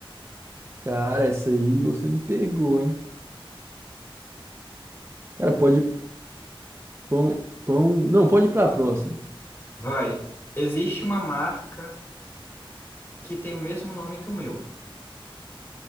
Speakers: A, on the right; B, on the left.
A: Cara, essa aí você me pegou, hein? Cara, pode pão, pão. Não, pode ir pra próxima.
B: Vai, existe uma marca que tem o mesmo nome que o meu.